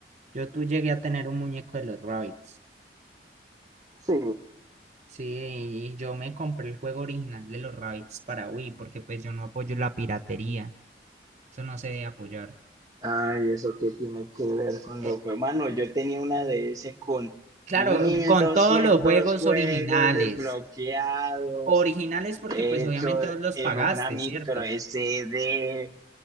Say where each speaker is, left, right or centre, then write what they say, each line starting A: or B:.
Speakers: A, on the right; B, on the right.
A: Yo tú llegué a tener un muñeco de los Rabbids.
B: Sí,
A: Sí, y yo me compré el juego original de los Rabbids para Wii, porque pues yo no apoyo la piratería. Eso no se debe apoyar.
B: Ay, ¿eso qué tiene que ver con
A: Eh,
B: los juegos? Mano, yo tenía una de ese con
A: claro,
B: mil
A: con
B: doscientos
A: todos los juegos
B: juegos
A: originales.
B: desbloqueados,
A: Originales porque
B: hecho
A: pues obviamente vos los
B: en
A: pagaste,
B: una micro
A: ¿cierto?
B: SD,